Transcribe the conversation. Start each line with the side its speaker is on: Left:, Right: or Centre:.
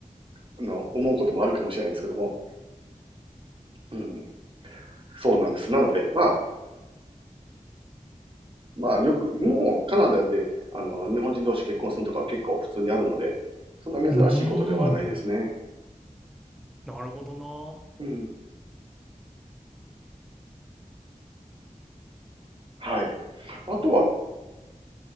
Right: あの、思うこともあるかもしれないですけども、うん、そうなんです。なので、まあ、まあ、よく、もう、カナダで、あの、日本人同士結婚するとかは結構普通にあるので、そんな珍しいことではないですね。
Centre: うーん。なるほどな。
Right: うん。はい。あとは、